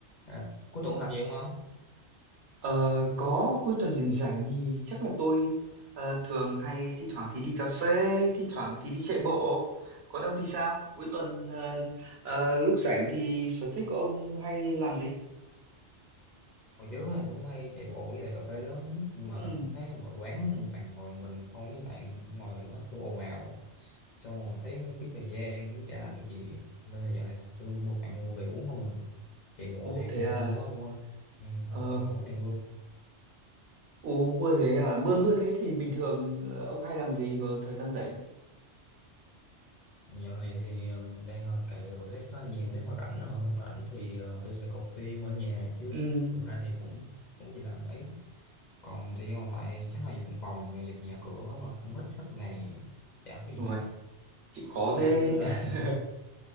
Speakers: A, on the left; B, on the right.
A: À, cuối tuần làm gì không ông?
B: Ờ, có cuối tuần rảnh rảnh thì chắc là tôi ờ, thường hay thi thoảng thì đi cà phê, thi thoảng thì đi chạy bộ. Còn ông thì sao? Cuối tuần ờ, ờ, lúc rảnh thì sở thích của ông hay làm gì?
A: Hồi trước thì tôi cũng hay chạy bộ với lại cà phê lắm nhưng mà
B: Ừ.
A: thấy ngồi quán một bàn ngồi một mình không với lại ngồi nó cũng ồn ào xong rồi thấy cái thời gian cũng chả làm được gì nên là dạo này tôi mua bạn mua về uống không à chạy bộ
B: Ồ
A: thì góc
B: thế
A: này
B: à.
A: mưa quá ông ơi ừ,
B: Ờ.
A: Sài Gòn góc này mưa
B: Ồ mưa thế à. Mưa mưa thế thì bình thường ờ, ông hay làm gì vào thời gian rảnh?
A: dạo này thì um, đang ờ, cày relax khá nhiều nếu mà rảnh hả rảnh thì ờ, tôi sẽ coi phim ở nhà chứ
B: Ừ.
A: thực ra thì cũng không có gì làm mấy còn thời gian còn lại chắc là dọn phòng dọn dẹp nhà cửa là cũng hết hết ngày chả có gì
B: Ôi,
A: làm
B: chịu khó
A: nên
B: thế.
A: là
B: <laughs>